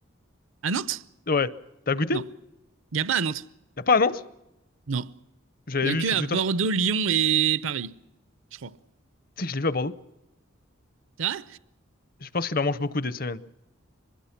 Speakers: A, on the right; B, on the left.
A: À Nantes?
B: Ouais. T'as goûté?
A: Non. Il n'y a pas à Nantes.
B: Y a pas à Nantes?
A: Non.
B: J'avais
A: Il n'y a
B: vu
A: que
B: sur
A: à
B: Twitter.
A: Bordeaux, Lyon et Paris. Je crois.
B: Tu sais que je l'ai vu à Bordeaux.
A: C'est vrai?
B: Je pense qu'il en mange beaucoup des semaines.